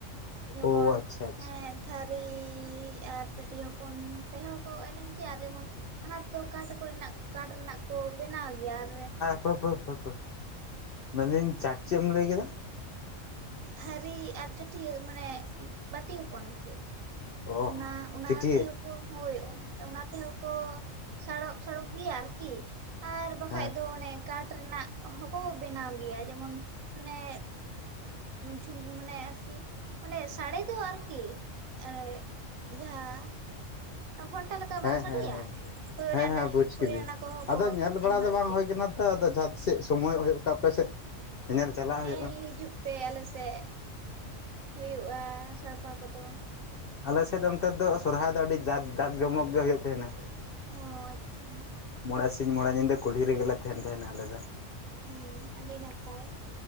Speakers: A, on the right; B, on the left.
A: ᱡᱮᱢᱚᱱ
B: ᱚ ᱟᱪᱪᱷᱟ ᱟᱪᱪᱷᱟ
A: ᱦᱮᱸ ᱛᱷᱟᱹᱨᱤ ᱟᱨ ᱴᱟᱹᱴᱭᱟᱹ ᱦᱚᱯᱚᱱ ᱛᱮᱦᱚᱸ ᱠᱚ ᱮᱱᱮᱡ ᱜᱮᱭᱟ ᱟᱨ ᱡᱮᱢᱚᱱ ᱚᱱᱟ ᱛᱚ ᱠᱟᱴ ᱠᱚᱨᱮᱱᱟᱜ ᱠᱟᱴ ᱨᱮᱱᱟᱜ ᱠᱚ ᱵᱮᱱᱟᱣ ᱜᱮᱭᱟ ᱟᱨ
B: ᱯᱳ ᱯᱳ ᱯᱳ ᱯᱳᱭ ᱢᱮᱱᱫᱤᱧ ᱪᱟ ᱪᱮᱫ ᱮᱢ ᱞᱟᱹᱭ ᱠᱮᱫᱟ?
A: ᱛᱷᱟᱹᱨᱤ ᱟᱨ ᱴᱟᱹᱴᱭᱟᱹ ᱢᱟᱱᱮ ᱵᱟᱹᱴᱤ ᱦᱚᱯᱚᱱ ᱟᱨᱠᱤ᱾
B: ᱚ
A: ᱚᱱᱟ ᱚᱱᱟ
B: ᱪᱤᱴᱭᱟᱹ
A: ᱛᱮᱦᱚ ᱠᱚ ᱦᱳᱭ ᱚᱱᱟ ᱛᱮᱦᱚᱸ ᱠᱚ ᱥᱟᱲᱚᱯ ᱥᱟᱲᱚᱯ ᱜᱮᱭᱟ ᱟᱨᱠᱤ ᱟᱨ ᱵᱟᱠᱷᱟᱡ
B: ᱦᱮᱸ
A: ᱫᱚ ᱚᱱᱮ ᱠᱟᱴᱷ ᱨᱮᱱᱟᱜ ᱦᱚᱸᱠᱚ ᱵᱮᱱᱟᱣ ᱜᱮᱭᱟ ᱡᱮᱢᱚᱱ ᱢᱟᱱᱮ ᱡᱷᱩ ᱢᱷᱩᱢ ᱢᱟᱱᱮ ᱟᱨᱠᱤ ᱚᱱᱮ ᱥᱟᱰᱮ ᱫᱚ ᱟᱨᱠᱤ᱾ ᱮᱻᱨ ᱡᱟᱦᱟᱸ ᱜᱷᱚᱱᱴᱟ ᱞᱮᱠᱟ
B: ᱦᱮᱸ
A: ᱵᱟᱝ ᱥᱟᱰᱮᱭᱟ
B: ᱦᱮᱸ ᱦᱮᱸ
A: ᱦᱳᱭ
B: ᱦᱮᱸ
A: ᱱᱟᱱᱟᱼᱜ
B: ᱦᱮᱸ ᱵᱩᱡᱽ
A: ᱦᱳᱭ
B: ᱠᱤᱫᱟᱹᱧ
A: ᱱᱟᱱᱟᱼᱜ ᱠᱚᱦᱚᱸ
B: ᱟᱫᱚ
A: ᱠᱚ
B: ᱧᱮᱞ ᱵᱟᱲᱟ
A: ᱮᱢᱟᱜ
B: ᱫᱚ ᱵᱟᱝ
A: ᱜᱮᱭᱟ᱾
B: ᱦᱩᱭ ᱠᱟᱱᱟ ᱟᱫᱚ ᱡᱟᱦᱟᱸ ᱛᱤᱥᱮᱫ ᱥᱚᱢᱚᱭᱚᱜ ᱦᱩᱭᱩᱜ ᱠᱟᱜ ᱟᱯᱮᱥᱮᱫ ᱧᱮᱧᱮᱞ ᱪᱟᱞᱟᱜ
A: ᱦᱮᱸ
B: ᱦᱳᱭᱩᱜᱼᱟ᱾
A: ᱦᱤᱡᱩᱜ ᱯᱮ ᱟᱞᱮᱥᱮᱫ ᱦᱩᱭᱩᱜᱼᱟ ᱥᱟᱲᱯᱟ ᱠᱚᱫᱚ᱾
B: ᱟᱞᱮᱥᱮᱫ ᱫᱚ ᱱᱚᱱᱛᱮ ᱫᱚ ᱥᱚᱨᱦᱟᱭ ᱫᱚ ᱟᱹᱰᱤ ᱡᱟᱠ ᱡᱟᱠ ᱡᱚᱢᱚᱠ ᱜᱮ ᱦᱩᱭᱩᱜ ᱛᱟᱦᱮᱸᱱᱟ᱾
A: ᱚ ᱟᱪᱪᱷᱟ᱾
B: ᱢᱚᱬᱮ ᱥᱤᱧ ᱢᱚᱬᱮ ᱧᱤᱫᱟᱹ ᱠᱩᱞᱦᱤ ᱨᱮᱜᱮ ᱛᱟᱦᱮᱱ ᱛᱟᱦᱮᱱᱟ ᱟᱞᱮ ᱫᱚ᱾
A: ᱦᱩᱸ ᱟᱹᱰᱤ ᱱᱟᱯᱟᱭ᱾